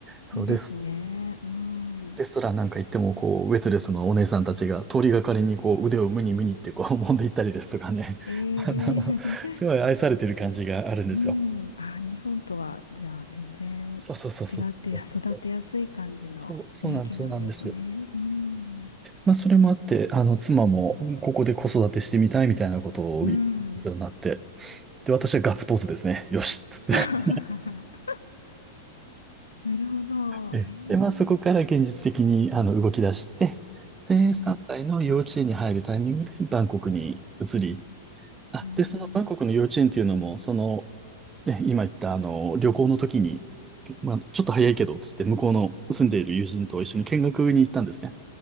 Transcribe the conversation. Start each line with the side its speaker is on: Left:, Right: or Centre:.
Right: そう、
Left: いいですね。
Right: レス、
Left: うん。
Right: レストランなんか行っても、こう、ウェイトレスのお姉さんたちが通りがかりに、こう、腕をムニムニってこう、揉んでいったりですとかね。
Left: ええ
Right: <laughs> あの、すごい愛されてる感じがあるんですよ。
Left: <laughs> うん。ああ、日本とは、じゃあ、全然
Right: そうそうそうそうそうそうそう。
Left: 違って育てやすい感じの雰囲気なんですね。
Right: そう、そうなんです、そうなんです。
Left: うん。
Right: まあ、それもあって、あの、妻も、ここで子育てしてみたいみたいなことを言うようになって、
Left: うん。
Right: で、私はガッツポーズですね。よしっつって
Left: <laughs> あははは
Right: <laughs>
Left: なるほど。
Right: えで、
Left: ええ
Right: まあ、そこから現実的に、あの、動き出して、で、
Left: うん。
Right: 3歳の幼稚園に入るタイミングでバンコクに移り、あ、
Left: うん。
Right: で、そのバンコクの幼稚園っていうのも、その、ね、今言った、あの、旅行の時に、まあ、ちょっと早いけど、つって、向こうの住んでいる友人と一緒に見学に行ったんですね。